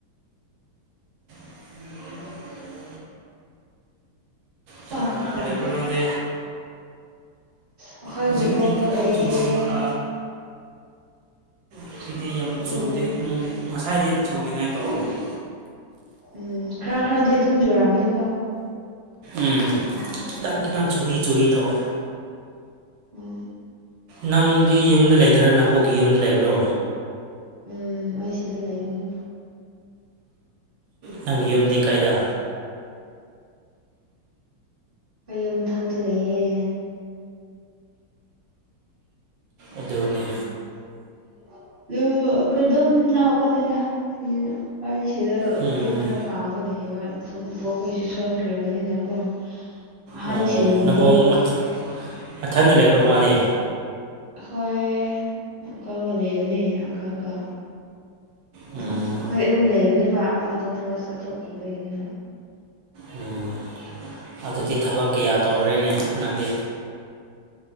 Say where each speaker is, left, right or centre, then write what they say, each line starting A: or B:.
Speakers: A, on the right; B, on the right.
A: <inaudible> ꯀꯅꯥ
B: ꯑ
A: ꯀꯅꯥꯒ ꯂꯩꯕꯔ ꯅꯪꯗꯤ꯫
B: ꯑꯩꯈꯣꯏ
A: ꯍꯧꯖꯤꯛꯇꯤ
B: ꯕꯕꯣꯛꯀ ꯂꯩꯌꯦ
A: ꯈꯥꯔ ꯆꯣꯏꯔ ꯑ ꯉꯁꯤꯗꯤ ꯌꯥꯝ
B: ꯑꯗꯨꯝ
A: ꯆꯨꯗꯦ ꯅꯣꯡꯗꯤ ꯉꯁꯥꯏꯗꯤ ꯆꯨꯅꯤꯉꯥꯏ ꯇꯧꯕꯅꯤ꯫
B: ꯎꯝ ꯈꯔ ꯈꯔꯗꯤ ꯑꯗꯨꯝ ꯆꯨꯔꯝꯅꯤꯀꯣ꯫
A: ꯎꯝ ꯈꯤꯇꯪ ꯈꯤꯇꯪ ꯆꯨꯔꯤ ꯆꯨꯔꯤ ꯇꯧꯋꯦ꯫
B: ꯎꯝ꯫
A: ꯅꯪꯗꯤ ꯌꯨꯝꯗ ꯂꯩꯇꯅ ꯅꯕꯣꯛꯀꯤ ꯌꯨꯝꯗ ꯂꯩꯕ꯭ꯔꯣ꯫
B: ꯎꯝ ꯑꯩ ꯁꯤꯗ ꯂꯩꯕꯅꯦ꯫
A: ꯅꯪꯒꯤ ꯌꯨꯝꯗꯤ ꯀꯥꯏꯗ꯫
B: ꯑꯩ ꯌꯨꯝ ꯊꯛꯇ ꯂꯩꯌꯦ꯫
A: ꯑꯗꯨꯅꯤ
B: <unintelligible> ꯀꯗꯝ ꯅꯥꯄꯅꯤꯗ꯫ ꯑꯩ ꯁꯤꯗ
A: ꯎꯝ
B: ꯃꯇꯦꯡ ꯈꯔ ꯄꯥꯡꯉꯒ ꯂꯩꯌꯦꯕ ꯏꯕꯣꯛ ꯈꯣꯏꯁꯨ ꯁꯣꯟꯈ꯭ꯔꯕꯅꯤꯅꯀꯣ꯫ ꯑꯍꯟꯁꯤꯡꯕꯨꯗꯤ
A: ꯑꯣ ꯅꯕꯣꯛ ꯃꯊ- ꯃꯊꯟꯗ ꯂꯩꯕ꯭ꯔꯣ ꯃꯥꯗꯤ꯫
B: ꯍꯣꯏ ꯑꯪꯀꯜꯒ ꯂꯩꯕꯅꯦ ꯑꯪꯀꯜꯒ꯫ ꯑꯗꯣ
A: ꯎꯝ
B: ꯑꯩꯈꯣꯏ ꯑꯍꯨꯝ ꯂꯩꯕꯅꯦꯕ ꯃꯥꯗꯣ ꯊꯕꯛ ꯆꯠꯊꯣꯛꯈꯤꯕꯒꯤꯅꯦ꯫
A: ꯎꯝ꯫ ꯑꯗꯨꯗꯤ ꯊꯕꯛ ꯀꯌꯥ ꯇꯧꯔꯦꯅꯦ ꯅꯪꯗꯤ꯫